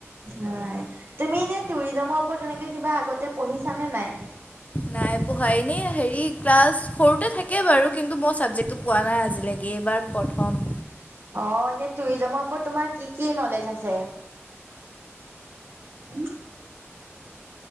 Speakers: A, on the right; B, on the left.
A: হয় তুমি এনে টুৰিজমৰ ওপৰত এনেকে কিবা আগতে পঢ়িছানে নাই।
B: নাই পঢ়াই এনেই হেৰি ক্লাছ সৰুতে থাকে বাৰু কিন্তু মই ছাবজেক্টটো পোৱা নাই আজিলৈকে এইবাৰ প্ৰথম।
A: অ এনেই টুৰিজমৰ ওপৰত তোমাৰ কি কি নলেজ আছে? হয়।